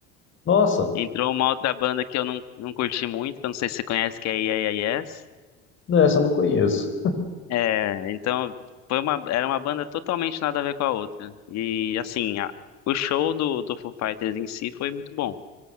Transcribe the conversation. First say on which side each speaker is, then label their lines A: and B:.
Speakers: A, on the left; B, on the left.
A: Nossa,
B: Entrou uma outra banda que eu não, não curti muito, que eu não sei se você conhece, que é Yeah Yeah Yes.
A: não, essa eu não conheço.
B: É, então foi uma, era uma banda totalmente nada a ver com a outra. E assim, a- o show do, do Foo Fighters em si foi muito bom,